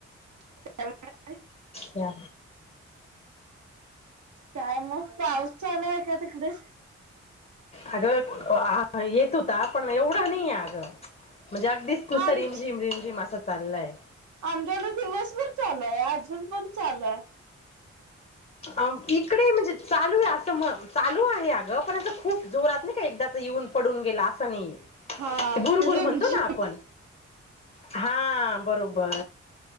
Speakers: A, on the right (about 75°); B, on the left (about 30°).
A: <unintelligible>
B: या
A: काय मग पाऊस चालूय का तिकडे?
B: अगं आ येत होता पण एवढा नाहीय अगं. म्हणजे अगदीच नुसत
A: आम
B: रिमझिम रिमझिम असं चाललाय.
A: आमच्याकडे दिवसभर चालूय अजून पण चालूय.
B: अव इकडे म्हणजे चालूय आहे असं चालू आहे अगं पण असं खूप जोरात नाही. एकदाच येऊन पडून गेला आसं नाही
A: हा
B: बुरुबुरु
A: रिमझिम
B: म्हणतो ना आपण. हा आ बरोबर.